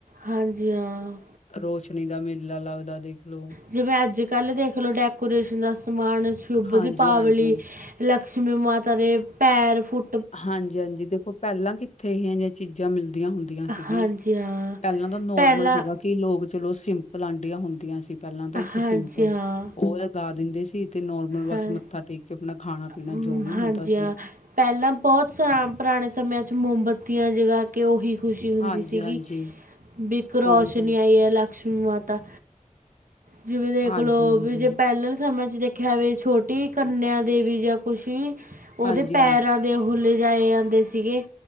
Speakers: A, on the right (about 85°); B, on the left (about 55°).
A: ਹਾਂਜੀ ਹਾਂ।
B: ਰੋਸ਼ਨੀ ਦਾ ਮੇਲਾ ਲੱਗਦਾ ਦੇਖ ਲਓ।
A: ਜਿਵੇਂ, ਅੱਜ-ਕੱਲ੍ਹ ਦੇਖ ਲਓ ਡੈਕੋਰੇਸ਼ਨ ਦਾ ਸਮਾਨ, ਸ਼ੁੱਭ
B: ਹਾਂਜੀ-ਹਾਂਜੀ,
A: ਦੀਪਾਵਲੀ। ਲਕਸ਼ਮੀ ਮਾਤਾ ਦੇ ਪੈਰ ਫੁੱਲ।
B: ਹਾਂਜੀ -ਹਾਂਜੀ ਦੇਖੋ, ਪਹਿਲਾਂ ਕਿੱਥੇ ਇਹੋ ਜਿਹੀਆਂ ਚੀਜ਼ਾਂ ਮਿਲਦੀਆਂ ਹੁੰਦੀਆਂ ਸੀਗੀਆਂ।
A: ਹਾਂਜੀ ਹਾਂ
B: ਪਹਿਲਾਂ ਤਾਂ ਨੋਰਮਲ
A: ਪਹਿਲਾਂ
B: ਸੀਗਾ ਕਿ ਲੋਕ ਚਲੋ ਸਿੰਪਲ ਆਂਢੀਆਂ ਹੁੰਦੀਆਂ ਸੀ। ਪਹਿਲਾਂ ਤਾਂ ਇੱਕ
A: ਹਾਂਜੀ
B: ਸਿੰਪਲ।
A: ਹਾਂ
B: ਹੋਰ ਲਗਾ ਦਿੰਦੇ ਸੀ ਤੇ ਨੋਰਮਲ
A: ਹਾਂ
B: ਬਸ ਮੱਥਾ ਟੇਕ ਕੇ ਆਪਣਾ ਖਾਣਾ ਪੀਣਾ
A: ਮ,
B: ਜੋ ਵੀ ਹੁੰਦਾ
A: ਹਾਂਜੀ ਹਾਂ
B: ਸੀ।
A: ਪਹਿਲਾਂ ਬਹੁਤ ਸ ਪੁਰਾਣੇ ਸਮਿਆਂ 'ਚ ਮੋਮਬੱਤੀਆਂ ਜਗ੍ਹਾ ਕੇ ਉਹੀ ਖੁਸ਼ੀ ਹੁੰਦੀ
B: ਹਾਂਜੀ
A: ਸੀਗੀ
B: ਹਾਂਜੀ
A: ਵੀ ਇੱਕ ਰੋਸ਼ਨੀ
B: ਉਹੀ ਤਾਂ
A: ਆਈ ਏ ਲੱਖ ਲਕਸ਼ਮੀ ਮਾਤਾ ਜਿਵੇਂ ਦੇਖ
B: ਹਾਂਜੀ
A: ਲਓ
B: ਹਾਂਜੀ ਹਾਂਜੀ
A: ਵੀ ਜੇ ਪਹਿਲਾਂ ਸਮੇਂ ਚ ਦੇਖ ਐਵੇ ਛੋਟੀ ਕੰਨਿਆਂ ਦੇਵੀ ਜਾਂ ਕੁਛ ਵੀ ਉਹਦੇ
B: ਹਾਂਜੀ
A: ਪੈਰਾਂ ਦੇ ਫੁੱਲ ਲਾਏ ਜਾਂਦੇ ਸੀਗੇ।